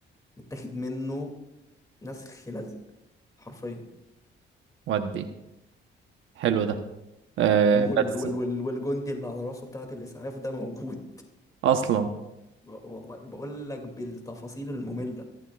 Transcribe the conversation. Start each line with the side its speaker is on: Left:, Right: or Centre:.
Left: متاخد منه نسخ لزق حرفيا
Right: ودي حلو ده آه
Left: فاهم وال
Right: بس
Left: وال وال والجندي اللي على راسه بتاعة الإسعاف ده موجود
Right: اصلا
Left: <laughs> و- والله بقول لك بالتفاصيل المملة